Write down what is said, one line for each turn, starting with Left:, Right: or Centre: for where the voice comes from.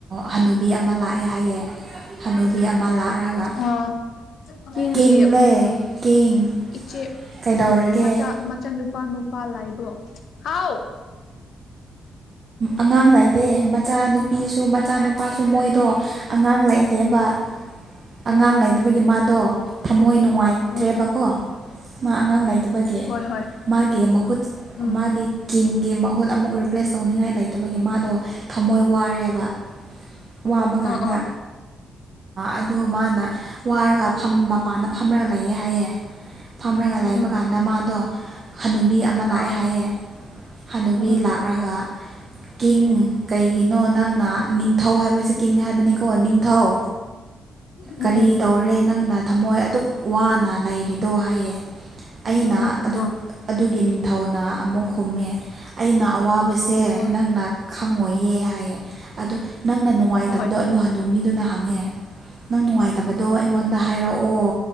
Right: ꯍꯅꯨꯕꯤ ꯑꯃ ꯂꯥꯛꯑꯦ ꯍꯥꯏꯌꯦ ꯍꯟꯅꯨꯕꯤ ꯑꯃ ꯂꯥꯛꯂꯒ
Left: ꯑꯣ ꯀꯤꯡꯒꯤ
Right: ꯀꯤꯡꯂꯦ
Left: ꯎꯝ
Right: ꯀꯤꯡ
Left: ꯏꯆꯦ
Right: ꯀꯩꯗꯧꯔꯒꯦ
Left: ꯃꯆꯥ ꯃꯆꯪ ꯅꯨꯄꯥ ꯅꯨꯄꯥ ꯂꯥꯏꯕꯣ ꯍꯥꯎ
Right: ꯑꯉꯥꯡ ꯂꯩꯇꯦ ꯃꯆꯥꯅꯨꯄꯤꯁꯨ ꯃꯆꯥꯅꯨꯄꯥꯁꯨ ꯃꯣꯏꯗꯣ ꯑꯉꯥꯡ ꯂꯩꯇꯦꯕ
Left: ꯎꯝ ꯎꯝ
Right: ꯑꯉꯥꯡ
Left: ꯎꯝ
Right: ꯂꯩꯇꯕꯒꯤ ꯃꯥꯗꯣ ꯊꯃꯣꯏ ꯅꯨꯡꯉꯥꯏꯇ꯭ꯔꯦꯕꯀꯣ
Left: ꯎꯝ
Right: ꯃꯥꯉꯥꯡ ꯉꯥꯏ ꯑꯗꯨꯒꯤ
Left: ꯍꯣꯏ ꯍꯣꯏ
Right: ꯃꯥꯒꯤ ꯃꯍꯨꯠ
Left: ꯎꯝ
Right: ꯃꯥꯒꯤ ꯀꯡꯒꯤ ꯃꯍꯨꯠ ꯑꯃꯨꯛ ꯔꯤꯄ꯭ꯂꯦꯁ ꯇꯣꯡꯅꯤꯡꯉꯥꯏ ꯂꯩꯇꯕꯒꯤ ꯃꯥꯗꯣ ꯊꯝꯃꯣꯏ ꯋꯥꯔꯦꯕ ꯋꯥꯕ ꯀꯥꯟꯗ
Left: ꯑꯥ ꯑꯥ
Right: ꯑꯗꯨ ꯃꯥꯅ ꯋꯥꯔꯒ ꯃꯄꯥꯟꯗ ꯐꯝꯔꯒ ꯂꯩꯌꯦ ꯍꯥꯏꯌꯦ ꯐꯝꯔꯒ
Left: ꯎꯝ
Right: ꯂꯩꯕ
Left: ꯎꯝ
Right: ꯀꯥꯟꯗ ꯃꯥꯗꯣ ꯍꯅ‌‌ꯨꯕꯤ ꯑꯃ
Left: ꯑꯥ
Right: ꯂꯥꯛꯑꯦ
Left: ꯑꯥ
Right: ꯍꯥꯏꯌꯦ ꯍꯅꯕꯤ
Left: ꯎꯝ ꯎꯝ
Right: ꯂꯥꯛꯂꯒ ꯀꯤꯡ ꯀꯩꯒꯤꯅꯣ ꯅꯪꯅ ꯅꯤꯡꯊꯧ ꯍꯥꯏꯕꯁꯦ ꯀꯤꯡ ꯀꯤꯡꯗꯝꯡ ꯍꯥꯏꯕꯅꯤꯀꯣ ꯅꯤꯡꯊꯧ
Left: ꯎꯝ
Right: ꯀꯔꯤ
Left: ꯎꯝ
Right: ꯇꯧꯔꯦ ꯅꯪꯅ ꯊꯝꯃꯣꯏ ꯑꯗꯨ ꯋꯥꯅ ꯂꯩꯔꯤꯗꯣ ꯍꯥꯏꯌꯦ ꯑꯩꯅ
Left: ꯎꯝ ꯎꯝ ꯎꯝ ꯑꯥ
Right: ꯑꯗꯨꯒꯤ ꯊꯧꯅ ꯑꯃꯨꯛ ꯍꯨꯝꯃꯦ ꯑꯩꯅ ꯑꯋꯥꯕꯁꯦ
Left: ꯍꯣꯏ
Right: ꯅꯪꯅ ꯈꯪꯉꯣꯏꯌꯦ ꯍꯥꯏꯌꯦ ꯑꯗꯨꯗ ꯅꯪꯅ ꯅꯨꯡꯉꯥꯏꯇꯕꯗꯣ
Left: ꯍꯣꯏ ꯍꯣꯏ
Right: ꯑꯅꯨ ꯍꯅꯨ ꯃꯤꯗꯨꯅ ꯍꯥꯡꯉ ꯅꯪ ꯅꯨꯡꯉꯥꯏꯇꯕꯗꯣ ꯑꯩꯉꯣꯟꯗ ꯍꯥꯏꯔꯛꯑꯣ